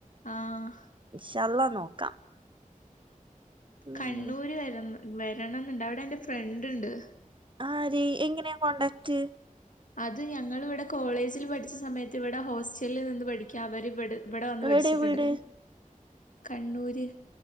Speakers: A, on the left; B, on the right.
A: ആഹ്
B: ഇൻഷ അള്ളാഹ് നോക്കാം ഉം
A: കണ്ണൂര് വര്ന്നു വരണം ന്ന്‌ണ്ട് അവിടെ എന്റെ ഫ്രണ്ട് ഇണ്ട്
B: ആഹ് അതേ എങ്ങനെയാ കോണ്ടാക്ട്?
A: അത് ഞങ്ങള് ഇവിടെ കോളേജിൽ പഠിച്ച സമയത്ത് ഇവിടെ ഹോസ്റ്റലിൽ നിന്ന് പഠിക്കാ അവർ ഇവിടെ ഇവിടെ വന്ന്
B: എവിടെയാ
A: പേടിച്ചിട്ട്ണ്ടായിരുന്നു
B: വീട്
A: കണ്ണൂര്